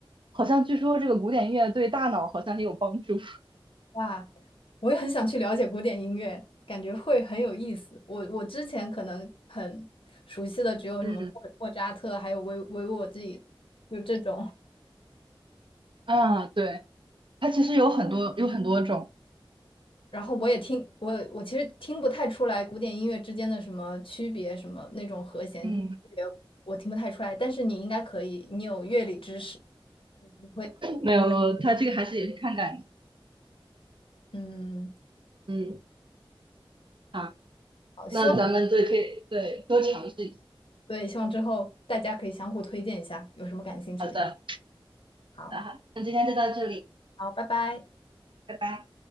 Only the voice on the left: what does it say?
话，我也很想去了解古典音乐，感觉会很有意思。我我之前可能很熟悉的只有什么莫莫扎特，
还有维维沃自己，就这种。
然后我也听我我其实听不太出来古典音乐之间的什么区别，什么那种和弦区别，
我听不太出来。但是你应该可以，你有乐理知识，会
嗯，
好，
希望对，希望之后大家可以相互推荐一下，有什么感兴趣的。
好，
好，拜拜。